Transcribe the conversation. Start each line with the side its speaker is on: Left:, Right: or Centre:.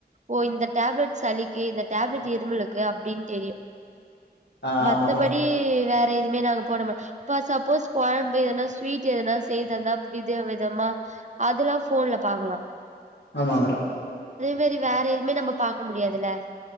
Right: ஓ இந்த டேப் ப்லெட் சளிக்கு இந்த டேப்லெட் இருமலு க்கு அப்டின்னு தெரியு
Left: ஆ
Right: மத்தபடி
Left: ஆமா மேடம்
Right: வேற எதுமே நாங்க போட மா இப்ப சப்போஸ் கொழம்பு எதனா ஸ்வீட் எதனா செய்தந்தா வித விதமா அதெல்லா போன்ல பாக்கலாம்
Left: ஆமா மேடம்
Right: மேறி வேற எதுமே நம்ப பாக்க முடியாதுல